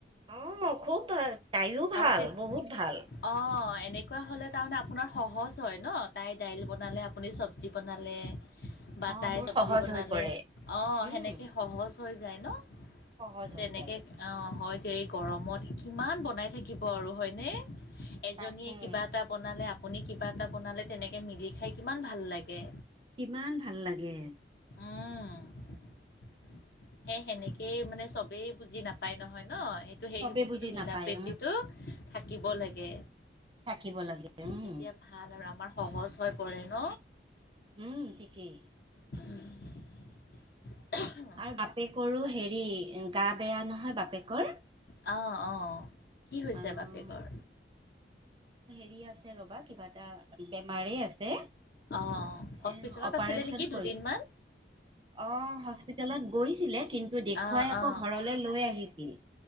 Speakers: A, on the right; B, on the left.
A: অ খুব ভাল তাইও ভাল
B: অহ তে
A: বহুত ভাল
B: অ এনে। এনেকুৱা হ'লে তাৰমানে আপোনাৰ সহজ হয় ন তাই দাইল বনালে আপুনি চব্জি বনালে। বাতাই
A: অ মোৰ
B: চব্জি
A: সহজ
B: বনালে
A: হৈ পৰে
B: অ
A: উম
B: সেনেকে সহজ হৈ যায় ন।
A: সহজ
B: তেনেকে
A: হৈ যায়
B: আহ হয় দ এই গৰমত কিমান বনাই। হয় নে এজনীয়ে
A: তাকে
B: কিবা এটা বনালে। আপুনি কিবা এটা বনালে তেনেকৈ মিলি খাই কিমান ভাল লাগে।
A: কিমান ভাল লাগে।
B: অহঁ। সে সেনেকেই মানে চবেই বুজি নাপায় নহয়। ন সেইটো সেইটো
A: চবে
B: বস্তুটো
A: বুজি
B: মিল
A: নাপায়
B: প্ৰীতিতটো
A: উম
B: থাকিব লাগে।
A: থাকিব লাগে উম
B: তেতিয়া ভাল আৰু আমাৰ সহজ হৈ পৰে ন।
A: উম ঠিকেই।
B: উম।
A: আৰু বাপেকৰো হেৰি গা বেয়া নহয় বাপেকৰ।
B: অঁ অঁ কি হৈছে
A: আহ
B: বাপেকৰ।
A: আ ৰ'বা কিবা এটা বেমাৰি আছে।
B: অ হস্পিতেলত
A: এ অপাৰেচন
B: আছিলে নেকি দুদিনমান।
A: কৰি অ হস্পিতেলত গৈছিলে কিন্তু। তোক দেখুৱাই
B: অঁ
A: আকৌ
B: অঁ
A: ঘৰলৈ লৈ আহিছিল।